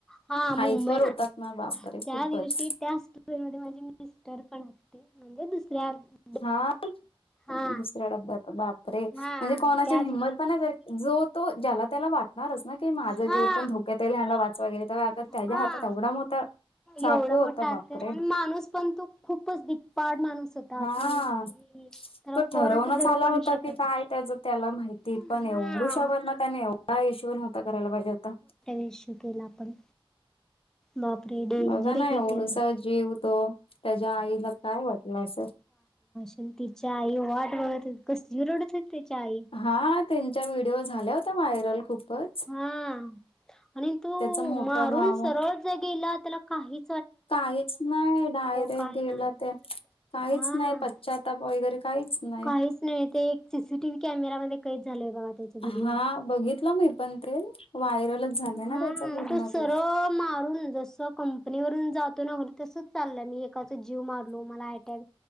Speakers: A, in the centre; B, on the left.
A: हा मुंबई
B: हायपर होतात ना बापरे
A: त्या
B: खूपच
A: दिवशी त्याच ट्रेनमध्ये माझे मिस्टर पण होते म्हणजे दुसऱ्या <unintelligible>
B: हा
A: हा
B: दुसऱ्या डब्यात बाप रे!
A: हा
B: म्हणजे कोणाची
A: त्या
B: हिंमत <unintelligible> जोत तो ज्याला त्याला वाटणारच ना की माझं
A: हा
B: जीव पण धोक्यातये, ह्यांनला वाचवाय गेलं तर <unintelligible>
A: हा
B: त्याच्या हातात एवढा मोठा चाकू
A: एवढा मोठा
B: होता, बापरे!
A: अक्षर आणि माणूस पण तो खूपच धिप्पाड माणूस होता
B: हा.
A: असं नाही की त्याला
B: तो
A: कोण
B: ठरवूणच
A: असं धरू
B: आला
A: पण
B: होता
A: शकत
B: की काय त्याच त्याला माहिती,
A: हा
B: पण एवढुषा वरण पण एवढा इशू नव्हता करायला पाहिजे होता.
A: इशू केला. पण बापरे! डेंजर
B: बघा ना
A: एक एक
B: एवढूसा
A: वेळेला
B: जीव तो त्याज्या आईला काय वाटलं असल
A: <unintelligible> तिच्या आई वाट बघत कसली रडत हू तिच्या आई
B: हा त्यांच्या व्हिडिओ झाला होता व्हायरल खूपच
A: हा आणि तू
B: त्याचा मोठा
A: मारून
B: भाऊ
A: सरळ ज गेला त्याला काही
B: काहीच नाही, डायरेक
A: काय
B: गेला
A: नाही
B: त्यो काहीच
A: हा
B: नाही पच्या ताप वगैरे काहीच नाही.
A: काहीच नाही ते एक सीसीटीव्ही कॅमेरामध्ये कैद झालंय बघा त्याचा व्हिडिओ
B: हा बघितलं मी पण ते व्हायरलच झाल ना
A: हा
B: त्याच पूर्ण
A: तो सरळ
B: ते
A: मारून जस कंपनी वरून जातो ना <unintelligible> तसच चालला, मी एकाचा जीव मारलो मला अटॅक